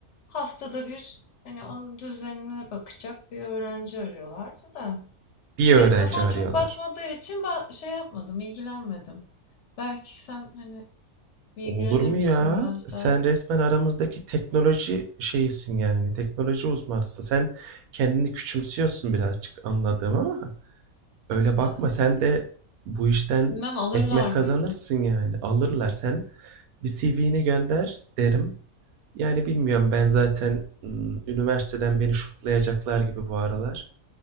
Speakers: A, on the left; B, on the right.
A: Haftada bir hani onun düzenine bakacak bir öğrenci arıyorlardı da.
B: Bir
A: Benim
B: öğrenci
A: kafam
B: arıyorlar.
A: çok basmadığı için ben şey yapmadım, ilgilenmedim. Belki sen hani ilgilenir
B: Olur mu
A: misin
B: ya?
A: biraz
B: Sen
A: daha?
B: resmen aramızdaki teknoloji şeyisin yani. Teknoloji uzmanısın. Sen kendini küçümsüyorsun birazcık anladığım ama. Öyle
A: Ee,
B: bakma sen de bu işten
A: Bilmem alırlar
B: ekmek kazanırsın
A: mıydı?
B: yani. Alırlar. Sen bir CV'ni gönder derim. Yani bilmiyorum ben zaten ım, üniversiteden beni şutlayacaklar gibi bu aralar.